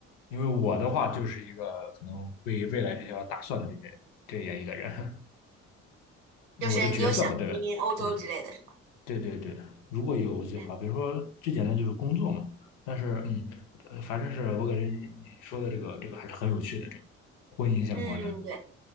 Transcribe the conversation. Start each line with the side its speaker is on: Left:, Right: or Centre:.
Left: 因为我的话就是一个可能为未来这些打算的这个这样一个人，因为我的角色嘛，
Right: 就是你有想移民欧洲之类的是吧？
Left: 对不对对对对，如果有计划，
Right: 嗯
Left: 比如说最简单就是工作嘛，但是嗯，呃反正是我感觉你你说的这个这个还是很有趣的，这个婚姻相关的，
Right: 嗯，对